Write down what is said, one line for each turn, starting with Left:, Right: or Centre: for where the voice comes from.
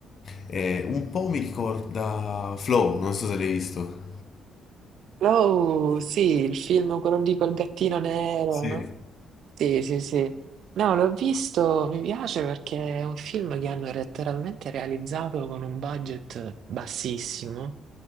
Left: E un po' mi ricorda Flow, non so se l'hai visto.
Right: Oh, sì, il film, quello lì col gattino nero,
Left: Sì.
Right: no? Sì, sì, sì. No, l'ho visto, mi piace perché è un film che hanno letteralmente realizzato con un budget bassissimo,